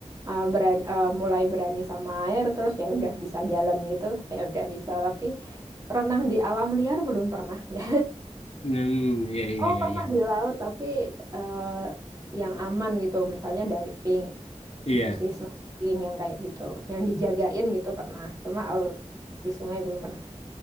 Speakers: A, on the right; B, on the left.
A: eh, beran- eh, mulai berani sama air terus ya udah bisa jalan gitu ya udah bisa tapi renang di alam liar belum pernah <laughs> ya
B: hmm ya ya
A: Oh,
B: ya
A: pernah
B: ya
A: di laut, tapi eh, yang aman gitu, misalnya diving
B: iya
A: gitu sih, snorkeling yang kayak gitu, yang dijagain gitu pernah. Cuma kalau di sungai belum pernah.